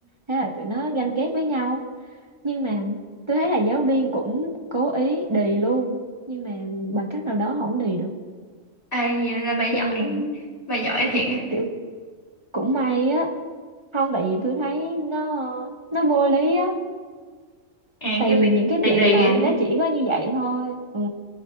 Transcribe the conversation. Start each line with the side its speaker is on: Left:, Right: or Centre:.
Right: thế là tụi nó ganh ghét với nhau nhưng mà tôi thấy là giáo viên cũng cố ý đì luôn nhưng mà bằng cách nào đó không đì được
Left: À, vậy là bà giỏi,
Right: cho nên là
Left: bà giỏi thiệt á.
Right: kiểu cũng may á không tại vì tôi thấy nó nó vô lý á
Left: À
Right: tại
Left: cái
Right: vì
Left: việc
Right: những cái
Left: đi
Right: dạng
Left: đi
Right: bài
Left: á.
Right: nó chỉ có như vậy thôi ừ.